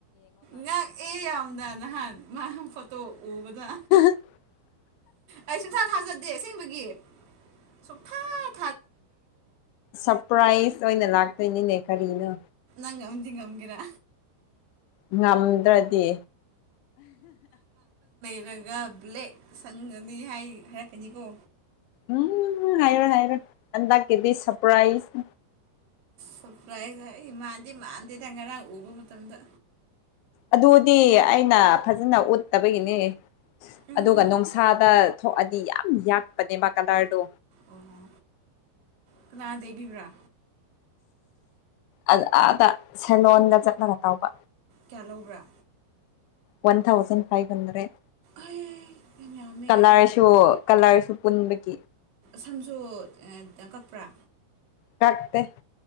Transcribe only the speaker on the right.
ꯉ ꯑꯦ ꯌꯥꯝꯗ ꯅꯍꯥꯟ ꯃꯥ ꯐꯠꯇꯣ ꯑꯣꯕꯥ
ꯑꯩ ꯁꯨꯡꯁꯥ ꯊꯥꯖꯗꯦ ꯑꯦꯡꯕꯒꯤ ꯁꯨꯝꯐꯠ
ꯉꯝꯗꯤꯤ ꯀꯃ ꯀꯔ
ꯅꯠꯇ꯭ꯔꯒ ꯕ꯭ꯂꯦꯛ ꯁꯪꯒꯅꯤ ꯍꯥꯏ ꯍꯥꯏꯔꯛꯀꯅꯤꯀꯣ
ꯁꯄ꯭ꯔꯥꯏꯁꯃꯥꯟꯗꯤꯦ ꯃꯥꯟꯗꯤꯦꯗꯉꯅ ꯎꯕ ꯃꯇꯝꯗ
ꯎꯝ
ꯑꯣꯍꯣ ꯀꯅꯥꯗꯩꯕꯤꯕ꯭ꯔꯥ
ꯀꯌꯥ ꯂꯧꯕ꯭ꯔꯥ
ꯑꯩ ꯌꯥꯝ ꯌꯥꯝꯃꯦ
ꯁꯝꯁꯨ ꯇꯪ ꯀꯛꯄ꯭ꯔꯥ